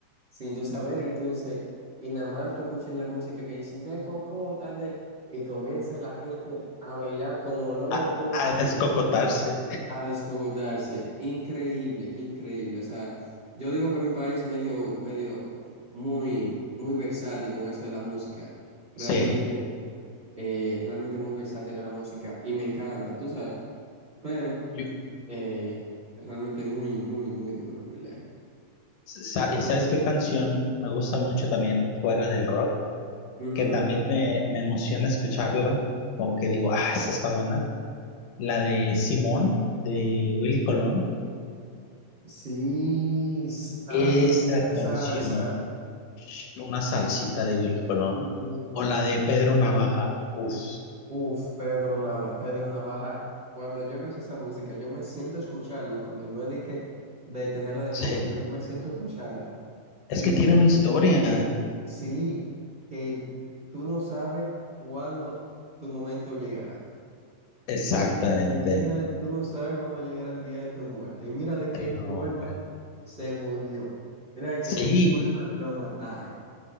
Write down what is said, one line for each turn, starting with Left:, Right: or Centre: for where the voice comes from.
Right: sin tú saber, y tú dices, y nada más tú escuchas la música que dicen de cocota, de, y comienza la gente a bailar como loco,
Left: A, a descocotarse.
Right: a descogotarse. Increíble, increíble. O sea, yo digo que mi país medio, medio, muy, muy versátil con eso de la música. Realmente,
Left: Sí.
Right: eh, realmente muy versátil con la música, y me encanta, tú sabes, pero
Left: Yo-
Right: eh, realmente muy, muy, muy duro, en ¿verdad?
Left: sa- ¿Y sabes qué canción me gusta mucho también fuera del rock?
Right: Ujú.
Left: Que también me, me emociona escucharla. Como que digo, ah, esta está buena. la de Simón, de Willy Colón.
Right: Sí, s- ah,
Left: Esa
Right: pues mucha salsa.
Left: canción, una salsita de Willy Colón.
Right: Uy,
Left: O la de Pedro Navaja. Uf,
Right: uf, Pedro Nava- Pedro Navaja. Cuando yo escucho esa música, yo me siento a escucharla, porque no es de que de tenerla de
Left: sí.
Right: fondo, sino yo me siento a escucharla.
Left: Es
Right: Y
Left: que tiene una historia.
Right: sí, que tú no sabes cuándo tu momento llegará.
Left: Exactamente.
Right: El día de, tú no sabes cuándo llegará el día de tu muerte. Y mira de qué forma
Left: Loca.
Right: se murió. Mira de qué
Left: Sí,
Right: forma lo mataron.